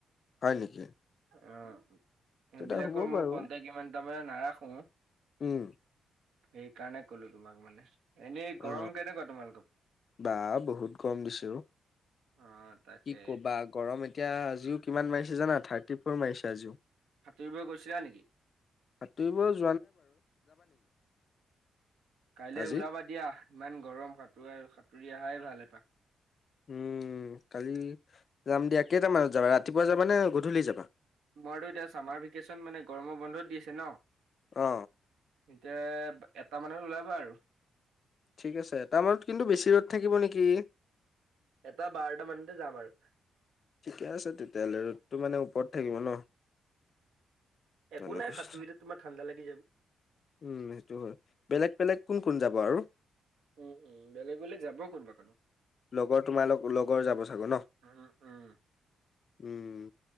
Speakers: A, on the left; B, on the right.
A: হয় নেকি?
B: অ সেইবিলাকৰ
A: তেতিয়া হ'ব
B: মই
A: বাৰু
B: কন্টেক্ট ইমান তাৰমানে নাৰাখো। সেইকাৰণে
A: উম
B: কলো তোমাক মানে। এনেই
A: অ
B: গৰম কেনেকুৱা তোমালোকৰ?
A: বা বহুত গৰম দিছ অ।
B: অ', তাকে
A: কি কবা গৰম এতিয়া আজিও কিমান। মাৰিছে জানা থাৰ্টি ফৰ মাৰিছে। আজিও
B: সাঁতুৰিব গৈছিলা নেকি?
A: সাতুৰিব-।
B: কাইলৈ
A: আজি
B: ওলাবা দিয়া-। ইমান গৰম সাঁতৰা সাঁতুৰি অহাই ভাল এপাক-।
A: উম কালি যাম দিয়া কেইটামানত যাবা ৰাতিপুৱা যাবা নে গধূলি যাবা?
B: মইতো এতিয়া ছামাৰ ভেকেশ্যন মানে গৰমৰ বন্ধত দিছে ন-।
A: অ
B: এতিয়া এটা মানত ওলাবা আৰু-।
A: ঠিক আছে এটা মানত কিন্তু বেছি ৰ'দ থাকিব নেকি!
B: এটা বাৰটা মানতে যাম আৰু
A: ঠিকে আছে তেতিয়াহ'লে ৰ'দ - তটো মানে ওপৰত থাকিব ন-
B: একো
A: মানে
B: নাই
A: কৈছো,
B: সাতুৰিতে তোমাৰ ঠাণ্ডা লাগি যাব। -
A: উম সেইটো হয় বেলেগ বেলেগ কোন কোন যাব আৰু-।
B: উম উম বেলেগ বেলেগ যাব কোনোবা কোনোবা -।
A: লগৰ তোমাল লগৰ যাব চাগো ন-।
B: উম, উম,
A: উম